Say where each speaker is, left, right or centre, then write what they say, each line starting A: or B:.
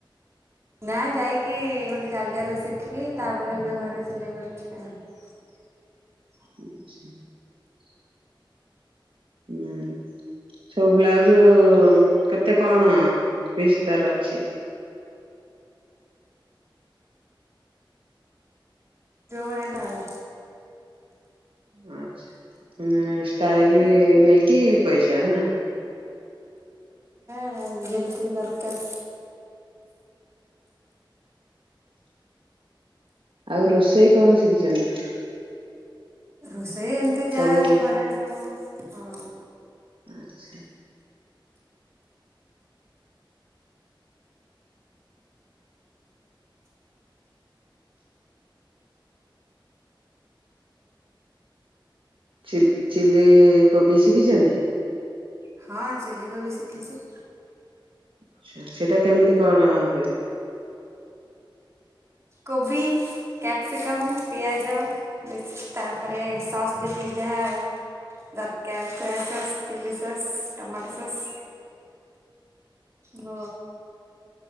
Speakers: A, on the right (about 35°); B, on the right (about 85°).
A: ନା ଯାଇକି ଗୋଟେ ଜାଗାରେ ଶିଖିକି ତାପରେ ଏବେ ଘରେ ସିଲେଇ କରଛି ଆଉ।
B: ଆଚ୍ଛା <inaudible> ଉଁ। ସବୁ ବ୍ଲାଉଜ କେତେ କଣ ପିସ୍ ତାର ଅଛି?
A: ଯୋଉ ଭଳିଆ ହେଲା ଆଉ।
B: ଆଛା ମାନେ ଷ୍ଟାଇଲ ନେଇକି ପଇସା ନା।
A: ଆ ଯେମିତି ଦରକାର।
B: ଆଉ ରୋଷେଇ କଣ ଶିଖିଛନ୍ତି?
A: ରୋଷେ ରେ ଏମିତି ଯା
B: ସବୁ
A: ଘରେ ସବୁ ହଁ।
B: ଆଚ୍ଛା। ଚିଲ୍-ଚିଲ୍ଲି କୋବି ଶିଖିଛନ୍ତି?
A: ହଁ ଚିଲ୍ଲି କୋବି ଶିଖିଛି।
B: ଆଚ୍ଛା। ସେଇଟା କେମିତି କଣ ହୁଏ?
A: କୋବି, କ୍ୟାପ୍ସିକମ୍, ପିଆଜ। ବେଶ୍ ତାପରେ ସସ୍ ଯେତିକି ଯାହା ଦରକାର, soya sauce, chilli sauce, tomato sauce ଭ